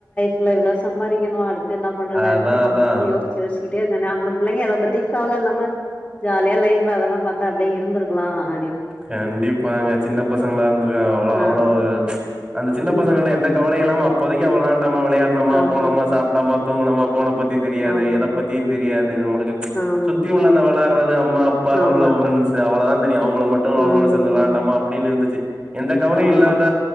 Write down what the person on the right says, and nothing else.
அதா
அதா
கண்டிப்பாங்க சின்ன பசங்களா இருந்திருக்லா அவ்ளோ
அவ்ளவு அந்த சின்ன
பசங்கல்ல எந்த கவலையு இல்லாம அப்போதைக் அவ விளாண்டாமா விளையாட்னோமா
போனோமா சாப் டோமா தூங்குனோமா போன பத்தி தெரியாது
எத பத்தியு தெரியாது நம்மளுக்
சுத்தி உள்ள அந்த விளாட் றது அம்மா அப்பா
உள்ள ஃப்ரண்ட்ஸ் அவ்ளதா தெரியு அவங்கள மட்டு
அவங்களோடு சேந்து விளாண்டோமா அப்டின் இருந்துச்சு எந்த கவலயு
இல்லாத